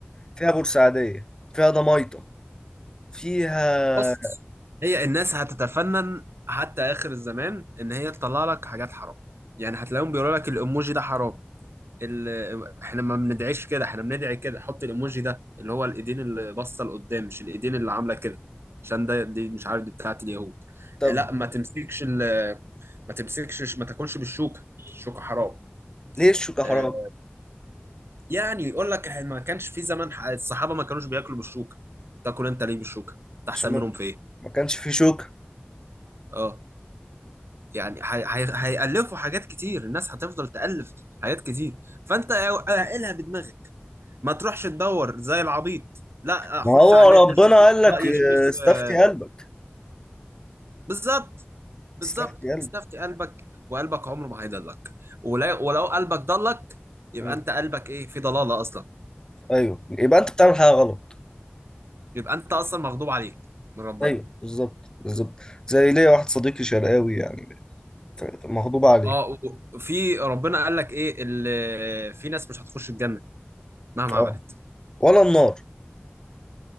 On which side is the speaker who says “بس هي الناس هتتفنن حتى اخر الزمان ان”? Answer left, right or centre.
Right